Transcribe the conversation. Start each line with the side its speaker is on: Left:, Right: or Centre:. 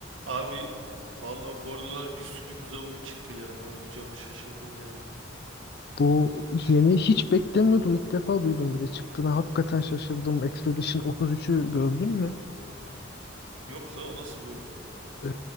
Right: Abi valla bu aralar bir sürü güzel oyun çıktı ya. Ne oynayacağımı şaşırdım yani.
Left: Bu
Right: Ş-
Left: yeni hiç beklemiyordum. İlk defa duydum bir de çıktığına hakikaten şaşırdım. Expedition 33'ü gördün mü?
Right: Yok la o nasıl bir oyun?
Left: Ee,